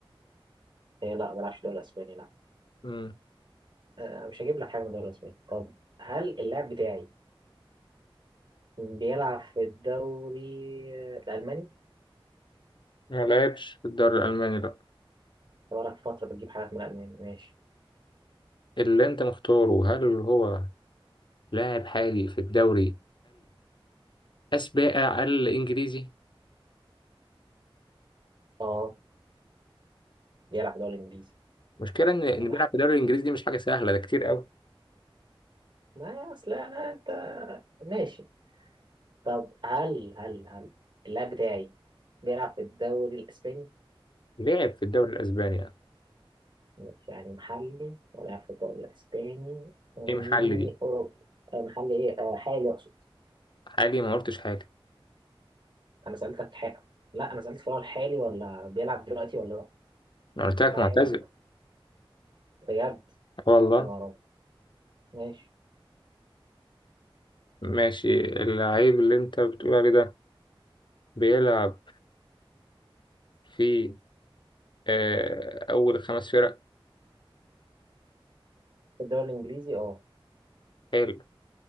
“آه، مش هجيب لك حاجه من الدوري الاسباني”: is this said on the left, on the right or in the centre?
Right